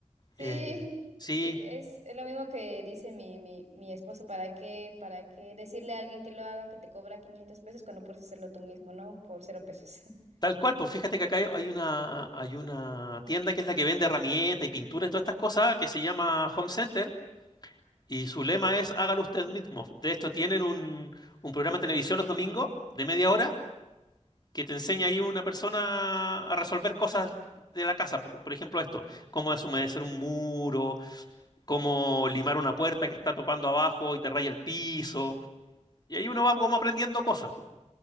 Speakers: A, on the right; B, on the left.
A: Sí,
B: Eh, sí,
A: y es, es lo mismo que dice mi, mi, mi esposo, ¿para qué, para qué decirle a alguien que lo haga que te cobra 500 pesos cuando puedes hacerlo tú mismo, ¿no? Por cero pesos. <laughs>
B: Tal cual, pues fíjate que acá hay hay una, hay una tienda que es la que vende herramientas y pinturas y todas estas cosas que se llama Home Center y su lema es hágalo usted mismo. De hecho, tienen un, un programa de televisión los domingos de media hora que te enseña ahí una persona a resolver cosas de la casa. Por, por ejemplo, esto, cómo deshumedecer un muro, cómo limar una puerta que está topando abajo y te raya el piso. Y ahí uno va como aprendiendo cosas.